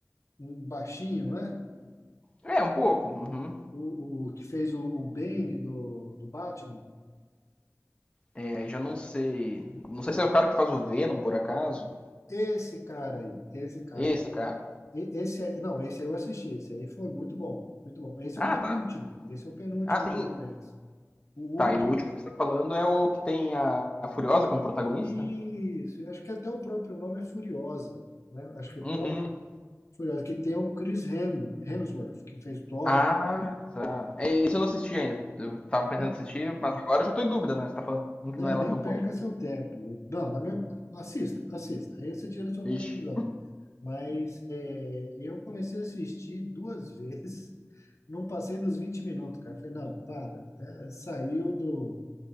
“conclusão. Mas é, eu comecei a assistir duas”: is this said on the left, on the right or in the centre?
Left